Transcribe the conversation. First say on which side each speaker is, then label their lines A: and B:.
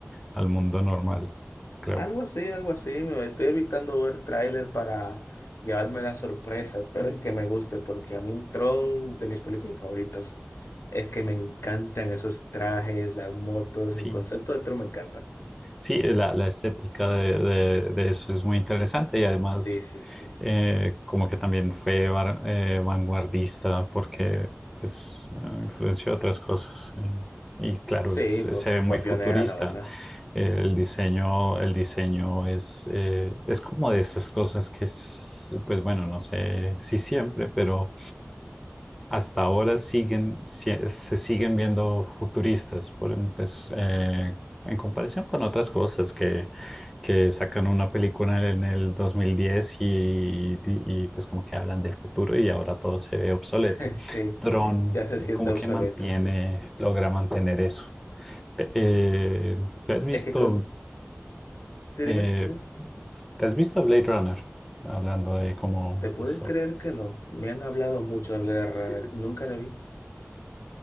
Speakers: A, in the centre; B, on the left.
A: al mundo normal, creo.
B: Algo así, algo así. Me estoy evitando ver tráiler para llevarme la sorpresa. Espero que me guste, porque a mí Tron, de mis películas favoritas, es que me encantan esos trajes, las motos,
A: Sí.
B: el concepto de Tron me encanta.
A: Sí, la, la estética de, de- de eso es muy interesante y además
B: Sí, sí, sí, sí,
A: eh,
B: sí.
A: como que también fue var- eh, vanguardista porque pues eh, influenció otras cosas eh, y claro,
B: Sí,
A: es-
B: fue,
A: se ve
B: fue
A: muy futurista.
B: pionera, la verdad.
A: Eh, el diseño, el diseño es, eh, es como de esas cosas que es, pues bueno, no sé si siempre, pero hasta ahora siguen, sie- se siguen viendo futuristas por, pues, eh, en comparación con otras cosas que, que sacan una película en el 2010 y, y, y, pues como que hablan del futuro y ahora todo se ve obsoleto.
B: <laughs> Sí,
A: Tron,
B: ya se siente
A: eh, como
B: obsoleto,
A: que mantiene,
B: sí.
A: logra mantener eso. Te- eh, ¿te has visto,
B: Es que con... Sí,
A: eh,
B: dime, dime.
A: te has visto Blade Runner? Hablando de cómo
B: ¿Te puedes
A: eso
B: creer
A: es
B: que no? Me han hablado mucho de Blade Runner.
A: posible.
B: Nunca la vi.